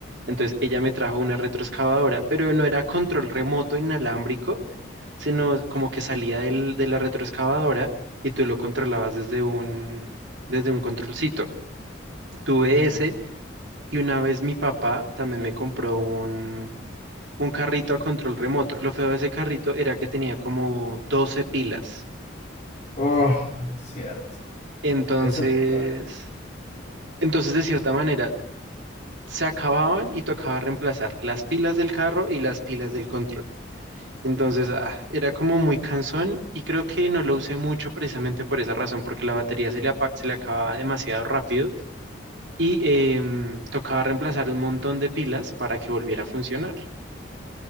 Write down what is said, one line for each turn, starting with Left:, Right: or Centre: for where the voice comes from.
Right: Entonces ella me trajo una retroexcavadora, pero no era control remoto inalámbrico, sino como que salía del- de la retroexcavadora y tú lo controlabas desde un, desde un controlcito. Tuve
Left: Ya.
Right: ese y una vez mi papá también me compró un, un carrito a control remoto. Lo feo de ese carrito era que tenía como 12 pilas.
Left: Oh, cierto.
Right: Entonces,
Left: Eso, ah,
Right: Entonces, de cierta manera, se acababan y tocaba reemplazar las pilas del carro y las pilas del control. Entonces, ah, era como muy cansón y creo que no lo usé mucho precisamente por esa razón, porque la batería se le, apa- se le acababa demasiado rápido y em, tocaba reemplazar un montón de pilas para que volviera a funcionar.